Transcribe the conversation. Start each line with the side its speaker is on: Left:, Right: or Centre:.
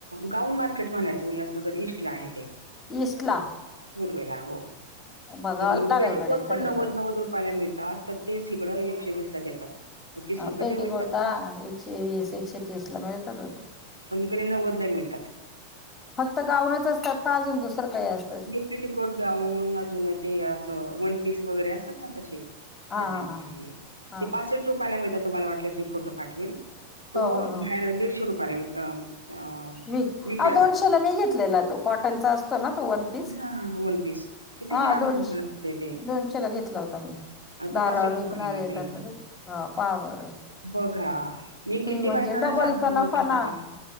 Right: गाऊन मार्केट म्हणायचं उल्हासनगर ईस्टला आहे ते.
Left: ईस्टला?
Right: पूर्वेला हो.
Left: बघावं
Right: तर मग
Left: लागेल
Right: पेटीकोट
Left: गड्या एखाद्या
Right: पण नव्वद
Left: वेळेस जाऊन.
Right: नव्वद रुपयाला मिळतात. तर तेच हिकडं एकशे वीसला देतात. मग तीस
Left: हा
Right: रुपये
Left: पेटीकोट
Right: तर मिळतात
Left: ना एकशे वीस एकशे तीसला मिळतात हो ते.
Right: पण इकडे नव्वदला मिळतात.
Left: फक्त गाऊनचं असतात का अजून दुसरं काही अस?
Right: <unintelligible> पेटिकोट गाऊन अजून ते असं वन पीस वगैरे असतात ना तसे.
Left: हां,
Right: कॉटनचे
Left: हां, हां. हां.
Right: ते पार्सल रुपयाला मिळतात तुम्हाला वाटलेस मी फोटो पाठवविल, तो
Left: हो, हो,
Right: बाहेर
Left: हो.
Right: दीडशे रुपयाला विक अ
Left: अहो
Right: विकला
Left: दोनशेला
Right: जातो
Left: मी घेतलेला तो कॉटनचा असतो ना, तो वन पीस
Right: हा वन पीस किती
Left: हा
Right: छान
Left: दोन
Right: कॉटन असते ते
Left: दोनशेला घेतला होता मी.
Right: आणि
Left: दारावर
Right: ते पासष्ट
Left: विकणारे
Right: रुपयाला मिळतं
Left: येतात
Right: इकडे
Left: ना ते हा पा बरं.
Right: बघा मी किती
Left: म्हणजे
Right: बायकांना
Left: डबलचा
Right: सांगतलं
Left: नफा
Right: ओळखीतल्या.
Left: ना